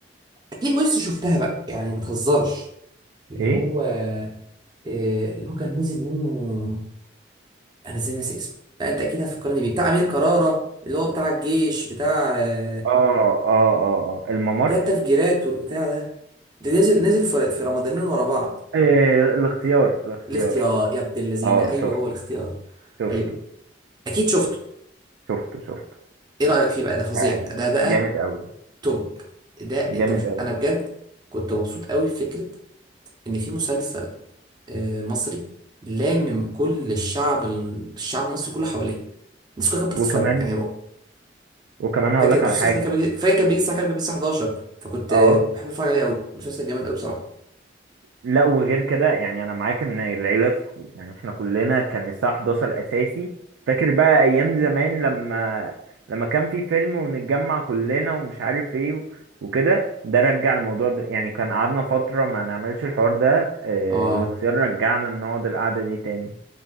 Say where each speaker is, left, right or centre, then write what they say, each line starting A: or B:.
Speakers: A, on the right; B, on the right.
A: أكيد وش شفتها بقى يعني ما تهزرش اللي
B: ايه
A: هو آه، اللي هو كان نزل منه أنا إزاي ناسي اسمه لا أنت أكيد هتفكرني بيه بتاع أمير كرارة اللي هو بتاع الجيش بتاع آه،
B: اه اه اه اه الممر
A: ده التفجيرات والبتاع ده ده نزل نزل في في رمضانين ورا بعض
B: آه، الاختيار الاختيار
A: الاختيار يا ابن اللذينه
B: اه
A: ايوه
B: شفت
A: هو الاختيار
B: شفته
A: ايوه اكيد شفته
B: شفته شفته
A: ايه رايك فيه بقى ده فظيع
B: يعني
A: بقى ده بقى
B: جامد أوي
A: توب ده
B: جامد
A: انت مش
B: أوي
A: انا بجد كنت مبسوط قوي في فكره ان في مسلسل آه، مصري لامم كل الشعب الشعب المصري كله حواليه الناس كلها كانت بتتفرج
B: وكمان
A: يعني هو
B: وكمان هقول
A: فاكر كان
B: لك على
A: المسلسل
B: حاجه
A: ده كان بيجي- فاكر كان بيجي الساعه كام كان بيجي الساعه 11 فكنت
B: اه
A: آه، كنت بحب اتفرج عليه قوي مسلسل جامد قوي بصراحه
B: لا وغير كده يعني انا معاك ان العيله ك- يعني احنا كلنا كان الساعه 11 اساسي فاكر بقى ايام زمان لما لما كان في فيلم ونتجمع كلنا ومش عارف ايه و- وكده ده رجع الموضوع ده يعني كان قعدنا فتره ما نعملش الحوار ده آه،
A: اه
B: الاختيار رجعنا نقعد القعده دي تاني